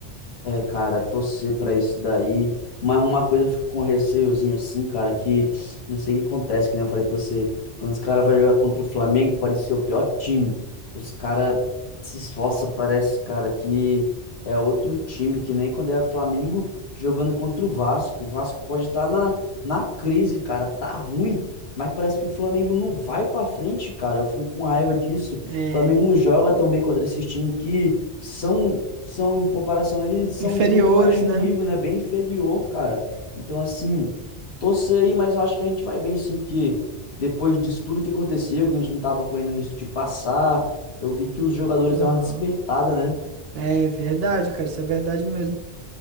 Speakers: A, on the left (about 65°); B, on the right (about 65°).
A: É, cara, torcer pra isso daí. Mas uma coisa eu fico com receiozinho assim, cara, que não sei o que acontece, que nem eu falei pra você. Quando os caras vão jogar contra o Flamengo, pode ser o pior time. Os caras se esforçam, parece, cara, que é outro time, que nem quando é Flamengo jogando contra o Vasco. O Vasco pode estar na, na crise, cara, tá ruim, mas parece que o Flamengo não vai pra frente, cara. Eu fico com raiva disso. O
B: É,
A: Flamengo não joga tão bem contra esses times que são, são em comparação, eles
B: inferiores,
A: são muito baixo
B: né?
A: nível, né? Bem inferior, cara. Então, assim, torcer aí, mas eu acho que a gente vai bem sim, porque depois disso tudo que aconteceu, que a gente não tava correndo risco de passar, eu vi que os jogadores
B: Aham.
A: deram uma despertada, né?
B: É verdade, cara, isso é verdade mesmo.